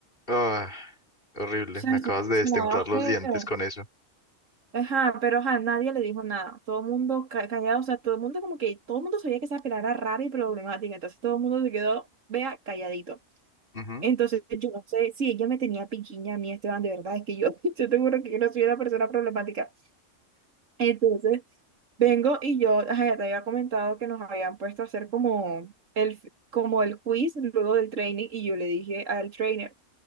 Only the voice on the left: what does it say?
Ah, horrible,
me acabas
de
destemplar los
dientes con eso.
Ujú,